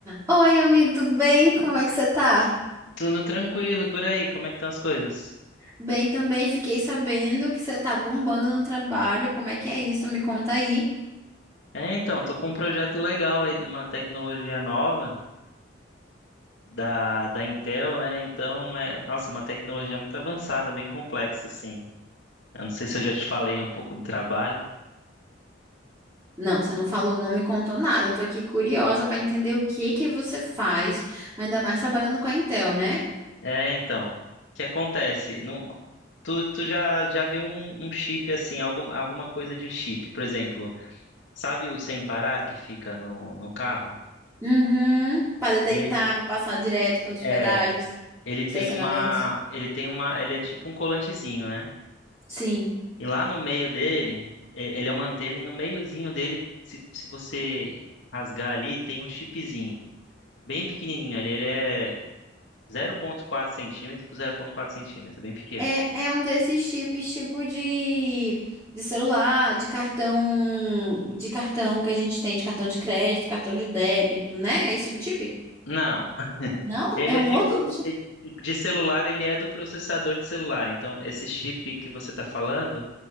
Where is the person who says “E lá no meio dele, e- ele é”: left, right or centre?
Left